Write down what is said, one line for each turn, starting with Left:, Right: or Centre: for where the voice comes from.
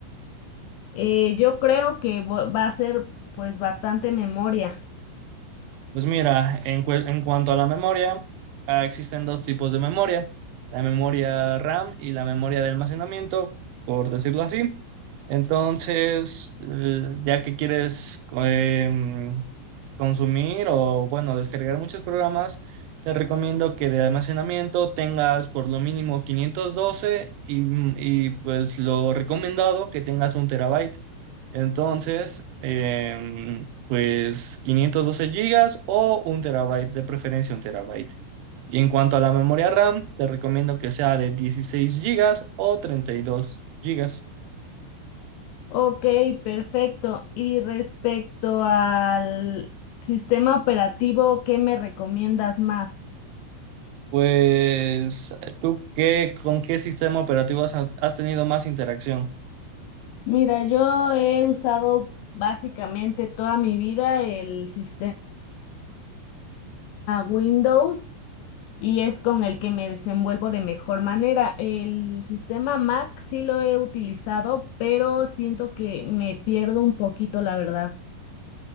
Left: Eh, yo creo que vo- va a ser pues bastante memoria.
Right: Pues mira, en, cue- en cuanto a la memoria, ah, existen dos tipos de memoria, la memoria RAM y la memoria de almacenamiento, por decirlo así. Entonces, eh, ya que quieres em, consumir o, bueno, descargar muchos programas, te recomiendo que de almacenamiento tengas por lo mínimo 512 y, mm, y, pues lo recomendado que tengas un terabyte. Entonces, em, pues 512 gigas o un terabyte, de preferencia un terabyte. Y en cuanto a la memoria RAM, te recomiendo que sea de 16 gigas o 32 gigas.
Left: Ok, perfecto. Y respecto al sistema operativo, ¿qué me recomiendas más?
Right: Pues, ¿tú qué, con qué sistema operativo has has tenido más interacción?
Left: Mira, yo he usado básicamente toda mi vida el sistema Windows y es con el que me desenvuelvo de mejor manera. El sistema Mac sí lo he utilizado, pero siento que me pierdo un poquito, la verdad.